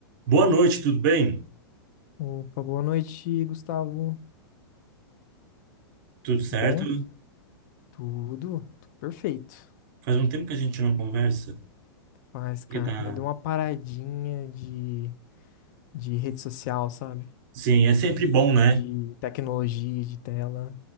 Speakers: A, on the right; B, on the left.
A: Boa noite, tudo bem?
B: Opa, boa noite, Gustavo.
A: Tudo certo?
B: Tudo bom? Tudo, tudo perfeito.
A: Faz um tempo que a gente não conversa.
B: Mas, cara,
A: Porque tá...
B: eu dei uma paradinha de, de rede social, sabe?
A: Sim, é sempre bom, né?
B: De tecnologia, de tela.